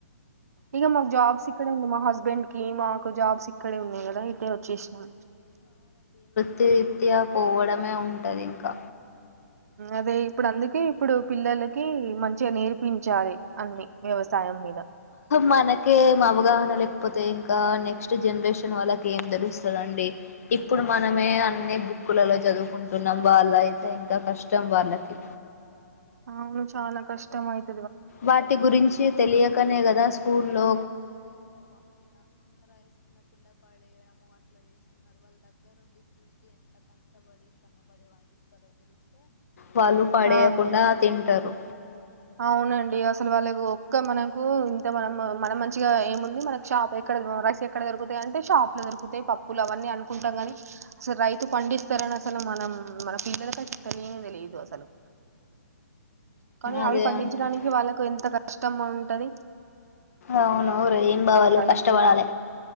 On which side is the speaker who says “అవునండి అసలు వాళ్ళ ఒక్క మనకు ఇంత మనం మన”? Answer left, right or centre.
Right